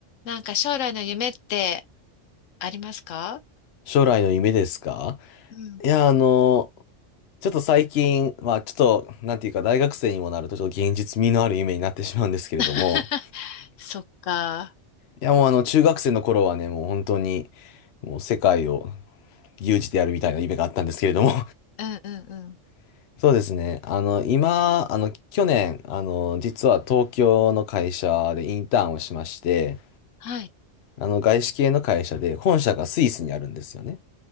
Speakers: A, on the left; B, on the left.
A: なんか将来の夢ってありますか
B: 将来の夢ですか
A: うん。
B: いや、あの、ちょっと最近、まあちょっと、なんていうか、大学生にもなると、ちょっと現実味のある夢になってしまうんですけれども、
A: <laughs> そっか。
B: いや、もうあの、中学生の頃はね、もう本当に、もう世界を牛耳でやるみたいな夢があったんですけれども、
A: うんうんうん。
B: <laughs> そうですね。あの、今、あの、去年、あの、実は東京の会社でインターンをしまして、
A: はい。
B: あの、外資系の会社で、本社がスイスにあるんですよね。